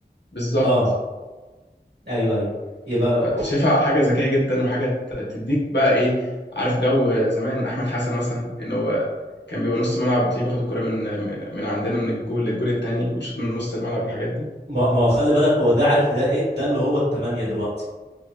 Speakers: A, on the left (about 80°); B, on the right (about 75°).
A: بالظبط
B: اه ايوه ايوه يبقى
A: شايفها حاجه ذكيه جدا وحاجه ت- تديك بقى ايه عارف جو زمان احمد حسن مثلا ان هو كان بيبقى نص ملعب وتلاقيه بياخد الكرة من من عندنا من الجول للجول التاني وشوط من نص الملعب والحاجات دي
B: ما ما هو خلي بالك هو ده عارف ده ايه ده اللي هو التمانية دلوقتي